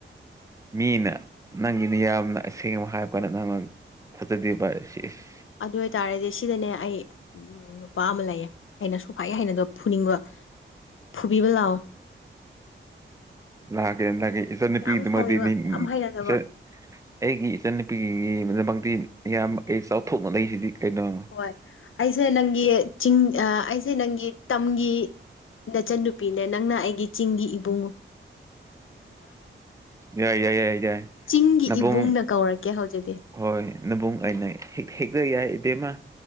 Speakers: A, on the right; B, on the left.
A: ꯃꯤꯅ ꯅꯪꯒꯤꯅ ꯌꯥꯝꯅ ꯑꯁꯦꯡꯕ ꯍꯥꯏꯔ ꯀꯥꯟꯗ ꯅꯪ ꯊꯖꯗꯦꯕꯥ ꯁꯤꯁ
B: ꯑꯗꯨ ꯑꯣꯏꯇꯥꯔꯗꯤ ꯁꯤꯗꯅꯦ ꯑꯩ ꯎꯝ ꯅꯨꯄꯥ ꯑꯃ ꯂꯩꯌꯦ ꯑꯩꯅ ꯁꯨꯛꯍꯩ ꯍꯩꯅꯗꯕ ꯐꯨꯅꯤꯡꯕ ꯐꯨꯕꯤꯕ ꯂꯥꯛꯑꯣ <inaudible>
A: ꯂꯥꯛꯀꯦ ꯂꯥꯛꯀꯦ ꯏꯆꯟꯅꯨꯄꯤꯒꯤꯗꯃꯛꯇꯗꯤ
B: ꯌꯥꯝ ꯁꯥꯎꯅꯤꯡꯕ ꯌꯥꯝ ꯍꯩꯅꯗꯕ
A: ꯏꯆꯟ ꯑꯩꯒꯤ ꯏꯆꯟꯅꯨꯄꯤꯒꯤꯗꯃꯛꯇꯤ ꯅꯌꯥꯝꯕ ꯑꯩ ꯆꯥꯎꯊꯣꯛꯅ ꯂꯩꯁꯤꯗꯤ ꯀꯩꯅꯣ
B: ꯍꯣꯏ ꯑꯩꯁꯦ ꯅꯪꯒꯤ ꯆꯤꯡ ꯑꯩꯁꯦ ꯅꯪꯒꯤ ꯇꯝꯒꯤ ꯅꯆꯟꯅꯨꯄꯤꯅꯦ ꯅꯪꯅ ꯑꯩꯒꯤ ꯆꯤꯡꯒꯤ ꯏꯕꯨꯡꯉꯣ
A: ꯎ ꯌꯥꯏ ꯌꯥꯏ ꯌꯥꯏ ꯌꯥꯏ
B: ꯆꯤꯡꯒꯤ
A: ꯅꯕꯨꯡ
B: ꯏꯕꯨꯡꯅ ꯀꯧꯔꯛꯀꯦ ꯍꯧꯖꯤꯛꯇꯤ
A: ꯍꯣꯏ ꯅꯕꯨꯡ ꯑꯩꯅ ꯍꯦꯛꯇ ꯌꯥꯏ ꯏꯕꯦꯝꯃ